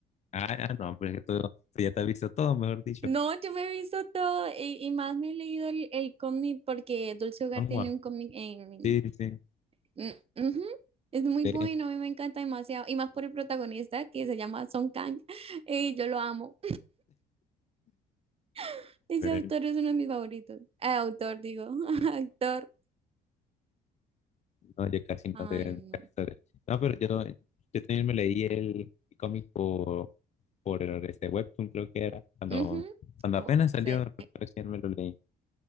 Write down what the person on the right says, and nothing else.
No, yo me he visto todo y, y más me he leído el, el cómic porque Dulce Hogar
tiene un cómic en...
Mm, ujú. Es muy
bueno, a mí me encanta demasiado. Y más por el protagonista que se llama Song Kang. <laughs> Y yo lo amo. <laughs> Ese
autor es uno de mis favoritos. Eh, autor, digo. <laughs> Actor.
Ay,
no.
Ujú.
Oh,
sí.